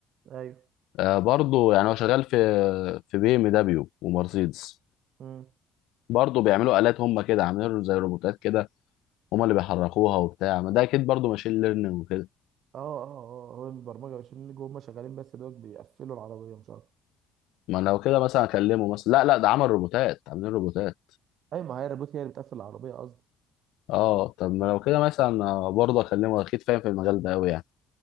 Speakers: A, on the right; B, on the left.
A: ايوه
B: آه، برضه يعني هو شغال في في بي ام دبليو ومرسيدس
A: امم
B: برضه بيعملوا آلات هم كده عاملين له زي روبوتات كده هم اللي بيحركوها وبتاع ما ده اكيد برضه ماشين ليرنينج وكده
A: اه اه اه آه، هو البرمجة عشان اللي جوه هم شغالين بس دوت بيقفلوا العربية مش عارف
B: ما لو كده مثلا اكلمه مثلا لا لا ده عمل روبوتات عاملين روبوتات
A: ايوه ما هي الروبوت هي اللي بتقفل العربية قصدي
B: اه طب ما لو كده مثلا آه، برضه اكلمه اكيد فاهم في المجال ده قوي يعني